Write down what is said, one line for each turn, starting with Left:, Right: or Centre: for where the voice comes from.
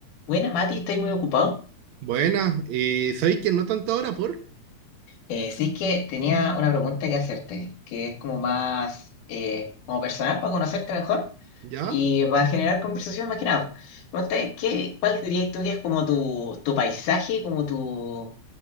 Left: Buena, Mati, ¿estáis muy ocupado?
Right: Buena, eh, ¿sabéis que no tanto ahora por?
Left: Eh, sí es que tenía una pregunta que hacerte, que es como más eh, como personal para conocerte mejor
Right: ¿Ya?
Left: y va a generar conversación más que nada. Pregunta ¿Qué, cuál dirías tú que es como tu, tu paisaje, como tu,